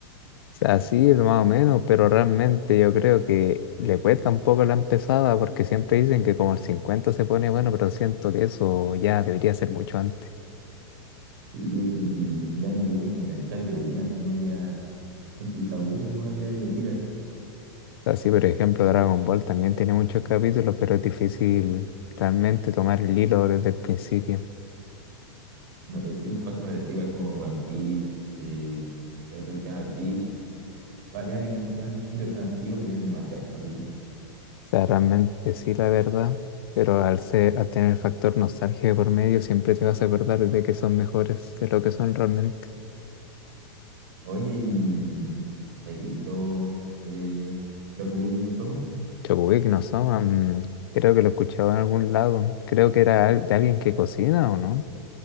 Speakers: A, on the left (about 60°); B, on the right (about 50°).
A: sea, sí, lo más o menos, pero realmente yo creo que le cuesta un poco la empezada porque siempre dicen que como el 50 se pone bueno, pero siento que eso ya debería ser mucho antes.
B: Y es que el, el anime te tiene que enganchar de una, si no ya la gente se aburre nomás ya y lo tira.
A: Así, por ejemplo, Dragon Ball también tiene muchos capítulos, pero es difícil realmente tomar el hilo desde el principio.
B: No, eh, sí, pasa parecido, igual como con One Piece, eh, hay otro que se llama Bleach, varios animes que son de ese estilo, que son antiguos, que tienen demasiados capítulos.
A: sea, realmente sí, la verdad, pero al ser, al tener el factor nostalgia de por medio, siempre te vas a acordar de que son mejores de lo que son realmente.
B: Oye, ¿y mm, habéis visto eh, Shokugeki no Soma?
A: Chocowick no Soma, mm, creo que lo escuchaba en algún lado. Creo que era al- de alguien que cocina o no.